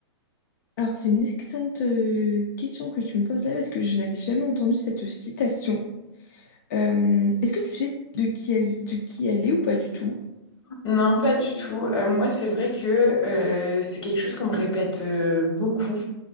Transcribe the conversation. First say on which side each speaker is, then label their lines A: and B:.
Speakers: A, on the left; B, on the left.
A: Alors, c'est une excellente euh, question que tu me poses là parce que je n'avais jamais entendu cette citation. Euh, est-ce que tu sais de qui elle, de qui elle est ou pas du tout?
B: Non, pas du tout. Euh, moi, c'est vrai que euh, c'est quelque chose qu'on me répète euh, beaucoup